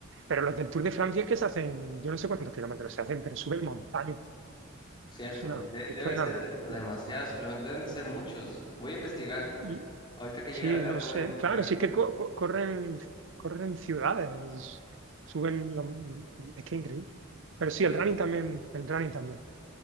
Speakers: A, on the right; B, on the left.
A: Pero los del Tour de Francia es que se hacen, yo no sé cuántos kilómetros se hacen, pero suben montaña.
B: cierto.
A: Es una, locura,
B: De-
A: es
B: debe
A: que es
B: ser
A: una locura.
B: de- demasiados kilómetros, deben de ser muchos. Voy a investigar.
A: Y,
B: Ahorita que
A: Sí,
B: llegue a la casa
A: no sé.
B: voy a investigar.
A: Claro, sí que co- co- corren, corren ciudades, suben lo- mm, mm, Es que increíble. Pero
B: Sí,
A: sí, el running también, el running también,